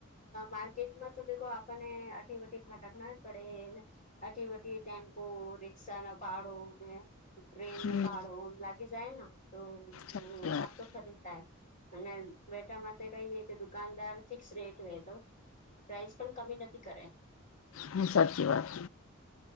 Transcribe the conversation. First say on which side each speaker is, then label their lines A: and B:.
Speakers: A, on the left; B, on the left.
A: માર્કેટમાં તો દેકો આપણને અટી વટી ભાટાકના પડે ને આટી વટી ટેમ્પો રિક્ષા ના ભાડો ને ટ્રેન
B: હમ
A: ન ભાડો લાગી જાયના તો
B: સાચી વાત
A: મા તો <unintelligible> ખરીય અને વટામાં કઈ દ <unintelligible> દુકાનદાર ફિક્સ રેટ વ તો પ્રઇસ પણ કમી નથી કરે
B: હ સાચી વાત